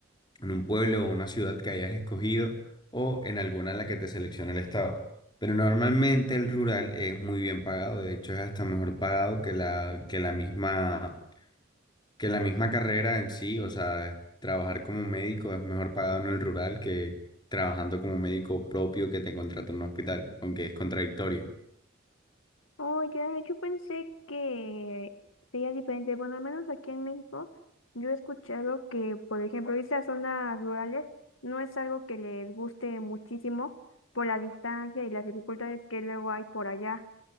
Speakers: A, on the left; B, on the left.
A: en un pueblo o una ciudad que hayas escogido o en alguna en la que te seleccione el estado. Pero normalmente el rural es muy bien pagado, de hecho es hasta mejor pagado que la, que la misma, que la misma carrera en sí, o sea, trabajar como médico es mejor pagado en el rural que trabajando como médico propio que te contrata en un hospital, aunque es contradictorio.
B: Oh, ya, yo pensé que sería diferente. Bueno, al menos aquí en México, yo he escuchado que, por ejemplo, irse a zonas rurales no es algo que les guste muchísimo por la distancia y las dificultades que luego hay por allá.